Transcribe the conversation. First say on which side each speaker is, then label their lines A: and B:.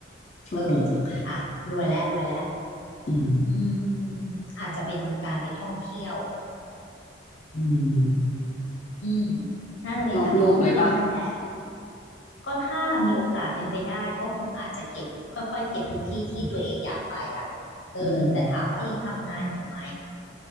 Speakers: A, on the left (about 40°); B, on the left (about 85°).
A: โชคดีจัง
B: เอออ่ะรวยแล้วรวยแล้ว
A: อืม
B: อืมอาจจะเป็นการไปท่องเที่ยว
A: อืม
B: อืมน่าจะเป็นการไปท่องเที่ยวนั่นแหละ
A: รอบโลกเลยปะ
B: ก็ถ้ามีโอกาสเป็นไปได้ก็คงอาจจะเก็บค่อยๆเก็บทุกที่ที่ตัวเองอยากไปอ่ะเออแต่ถามว่ายังทำงานอยู่ไหม
A: อืม